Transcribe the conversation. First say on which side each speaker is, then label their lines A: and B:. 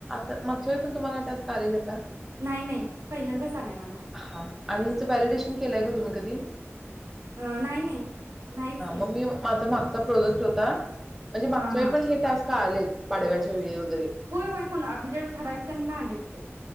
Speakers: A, in the centre; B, on the right (about 85°).
A: मागच्या वळी पण तुम्हाला हा टास्क आलेल आहे का
B: नाही नाही पहिल्यांदाच आलाय मला
A: हा आणि ह्याच व्हॅलिडेशन केलंय का तुम्ही कधी?
B: अ नाही नाही नाहीच
A: हा मग
B: की
A: ममी माझं माग चा प्रोडक्ट होता म्हणजे
B: हां
A: मागच्या
B: हां.
A: वेळी पण हे टास्क आलेत पाडव्याच्या वेळी वैगरे
B: होय कुणा म्हणजे ठराविक जणना आलेत ते.